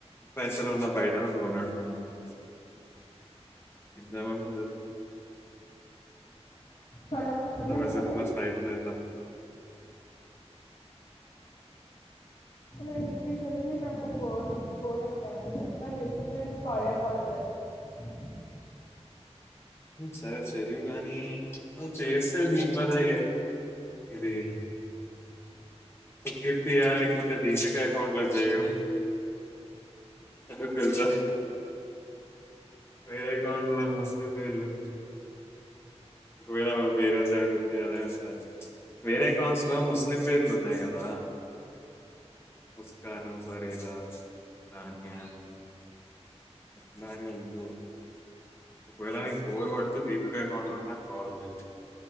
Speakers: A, on the left; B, on the left.
A: పైసలు ఉన్నా బయటనుండి కొనియ్యడు మా డాడీ ఏం చేయమంటావు చెప్పు.
B: సరే అర్థమైంది
A: వంట పైసలు
B: కానీ
A: ఉన్న ఫ్లైట్లో వెళ్దాం
B: నేను ఇంటికి ఏళ్లి నాకు బోర్ బోర్ అని కాదు గానీ ఎవరు లేకుంటే ఆడియో కాల్ చేస్తా ట్రైన్ సౌండ్
A: సరే చెయ్యవు కాగానీ నువ్వు చేస్తే నీ ఇబ్బందే ఇది కీర్తియా లేకపోతే దీక్షిక అకౌంట్లో చేయి. ఎందుకు తెలుసా వేరే అకౌంట్ లో ముస్లిం పేర్లు ఒకవేళ మనం పేరెంట్స్ అది గుర్తుగా అదే అంటారు వేరే అకౌంట్స్ లో లో ముస్లిం పేర్లు ఉన్నాయి కదా ఉస్కాను భరేద అన్యా అట్లార ఉంట ఒకవేళ బోర్ కొడితే దీపిక అకౌంట్ నుండి కాల్ చెయ్